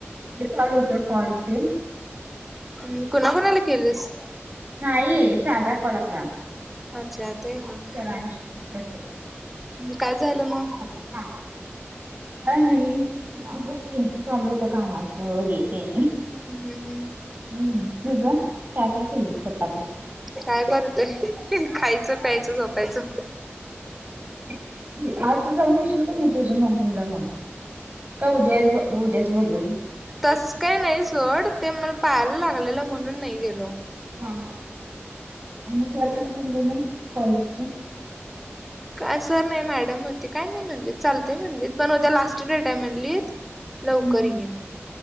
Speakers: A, on the right; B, in the centre.
A: ते चालू होत. कॉल तेन.
B: हम्. कुणाकुणाला केलंस?
A: नाही, साधा कॉल आपला.
B: अच्छा. ते होय.
A: <unintelligible> तसं,
B: काय झालं मग
A: झालं. हा. काय नाही. असंच की. चालू होत, कामाच. हे, ते.
B: हम्म हम् हम्
A: हम्म. तुझ, काय - काय केलीस? सकाळपासून.
B: काय करतोय. खायचं, प्यायचं, झोपायचं.
A: <unintelligible> आज जाऊन येशील का नाही? जे जे मगडुंगला, मग. काय उद्या ब उद्यास बोलबोली.
B: तस काय नाही सोड. ते मला पायाला लागलेलं, म्हणून नाही गेलो.
A: हा. अन सर काय बोलले न, कॉलेजचे.
B: काय सर नाही, मॅडम होती. काय नाही म्हणलीत. चालतंय म्हणलीत. पण उद्या लास्ट डेटाय म्हणलीत. लवकर
A: हम्म हम्म
B: ये.